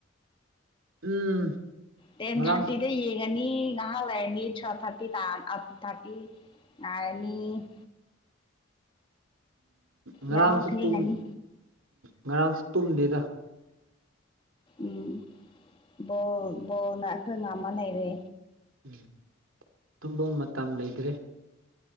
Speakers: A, on the right (about 85°); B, on the left (about 25°).
A: ꯎꯝ
B: ꯇꯦꯟ
A: ꯉꯔꯥꯡꯁꯨ
B: ꯍꯇꯗ ꯌꯦꯡ ꯅꯤ ꯉꯍꯂꯅꯤ ꯊ ꯊꯥꯔꯇꯤ ꯇ ꯑ ꯊꯥꯔꯇꯤꯅꯤ
A: <unintelligible> ꯉꯔꯥꯡꯁꯨꯨꯝ
B: ꯌꯥꯍꯧ ꯊꯦꯡꯉꯅꯤ
A: ꯉꯔꯥꯡꯁꯨ ꯇꯨꯝꯗꯦꯗ
B: ꯎꯝ ꯕꯣ ꯕꯣꯅꯈ ꯉꯑꯃ ꯂꯩꯔꯦ
A: ꯎꯝ ꯇꯨꯝꯕ ꯃꯇꯝ ꯂꯩꯇ꯭ꯔꯦ